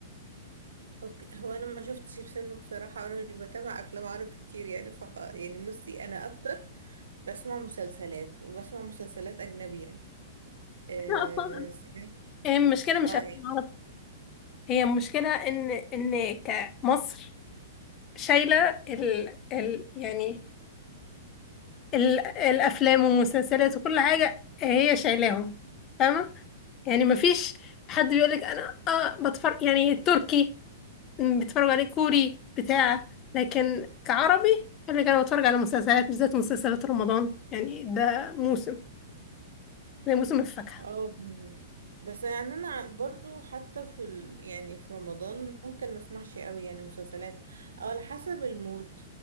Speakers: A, on the right (about 80°); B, on the left (about 35°).
A: اوكي هو انا ما شفتش الفيلم بصراحة انا مش بتابع افلام عربي كتير يعني فخ يعني بصي انا اكتر بسمع مسلسلات وبسمع مسلسلات اجنبي يعني آه
B: احنا اصلا
A: سمعت
B: هي المشكله مش
A: اه
B: افلام
A: يعني
B: عربي هي المشكله ان ان كمصر شايله ال ال يعني ال الافلام والمسلسلات وكل حاجه هي شايلاهم فاهمه يعني مفيش حد بيقولك انا اه بتفرج يعني التركي م، بتفرج عليه كوري بتاع لكن كعربي اللي كان بتفرج على مسلسلات بالذات مسلسلات رمضان يعني ده موسم زي موسم الفاكهة
A: اه فهمك بس يعني انا برضو حتى في ال... يعني في رمضان ممكن ما اسمعش قوي يعني مسلسلات او على حسب المود